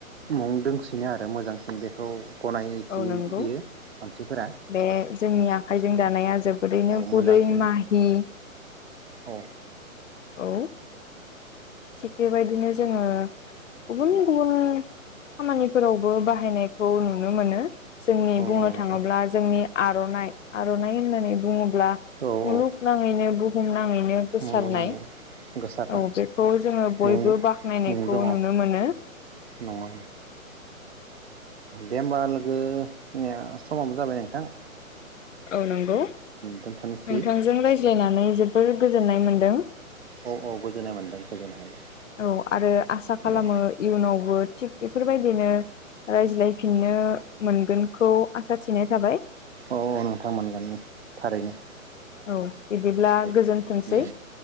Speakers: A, on the right; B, on the left.
A: मुं दोंसिनो आरो मोजांसिन बेखौ गनायथियो
B: औ नोंगौ
A: मानसिफोरा
B: बे जोंनि आखाइजों दानाया जो‌ बोरैनो
A: औ
B: गुरै
A: मोजांसिन
B: माहि
A: औ
B: औ थिग बेबायदिनो जोङो गुबुन गुबुन खामानिफोरावबो बा हायनायखौ नुनो मोनो। जोंनि
A: औ
B: बुंनो
A: नोंथां
B: थाङोब्ला जोंनि आर'नाइ आर'नाइ बिदि होननानै बुंङो ब्ला
A: औ
B: मुलुग
A: औ
B: नाङैनो बु नाङैनो गोसारनाय
A: न' लुनानै गोसारनाय
B: औ बे खौ जोङो बयबो
A: मुं
B: बाख्नायनायखौ
A: मुं दङ
B: नुनो मोनो।
A: नङा दे ओमबा लोगो <unintelligible> समाबो जाबाय नोंथां।
B: औ नोंगौ
A: दोनथ'नोसै
B: नोंथांजों रायज्लायनानै जोबोद गोजोननाय मोनदों।
A: औ औ गोजोननाय मोनदों गोजोननाय मोनदों
B: औ आरो आसा खालामो
A: दे
B: इयुनावबो थिग बेफोरबायदिनो रायज्लायफिननो मोनगोनखौ आसा थिनाय थाबाय।
A: औ औ नोंथां मोनगोन थारैनो।
B: औ बिदिब्ला
A: थारैनो
B: गोजोनथोंसै।
A: दे